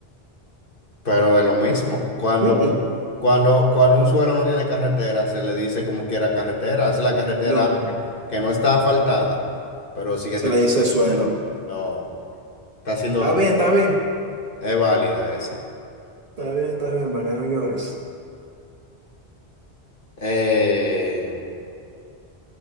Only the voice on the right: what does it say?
Mm, mm.
No.
Se
le
dice
suelo.
Está
bien, está bien.
Está bien, está bien, para que no llores.